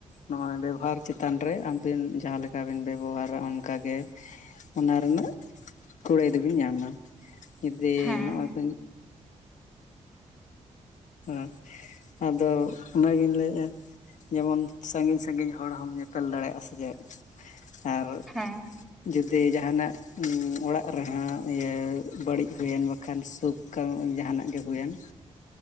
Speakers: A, on the left; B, in the centre.
A: ᱱᱚᱜᱚᱭ ᱵᱮᱵᱚᱦᱟᱨ ᱪᱮᱛᱟᱱ ᱨᱮ ᱟᱵᱤᱱ ᱡᱟᱦᱟᱸ ᱞᱮᱠᱟ ᱵᱤᱱ ᱵᱮᱵᱚᱦᱟᱨᱟ ᱚᱱᱠᱟᱜᱮ᱾ ᱚᱱᱟ ᱨᱮᱱᱟᱜ ᱠᱩᱲᱟᱹᱭ ᱫᱚᱵᱤᱱ ᱧᱟᱢᱟ᱾ ᱡᱩᱫᱤ
B: ᱦᱮᱸ
A: ᱱᱚᱜᱼᱚᱭ ᱠᱚ <inaudible> ᱟᱫᱚ ᱚᱱᱟ ᱜᱤᱧ ᱞᱟᱹᱭᱮᱫᱼᱟ ᱾ ᱡᱮᱢᱚᱱ ᱥᱟᱸᱜᱤᱧ ᱥᱟᱸᱜᱤᱧ ᱦᱚᱲ ᱦᱚᱢ ᱧᱮᱯᱮᱞ ᱫᱟᱲᱮᱜᱼᱟ ᱥᱮᱪᱮᱫ, ᱟᱨ
B: ᱦᱮᱸ ᱾
A: ᱡᱩᱫᱤ ᱡᱟᱦᱟᱱᱟᱜ ᱚᱲᱟᱜ ᱨᱮ ᱦᱟᱸᱜ ᱤᱭᱟᱹ ᱵᱟᱹᱲᱤᱡ ᱦᱩᱭᱮᱱ ᱵᱟᱠᱷᱟᱱ ᱥᱩᱠ ᱠᱟ ᱡᱟᱦᱟᱱᱟᱜ ᱜᱮ ᱦᱩᱭᱮᱱ ᱾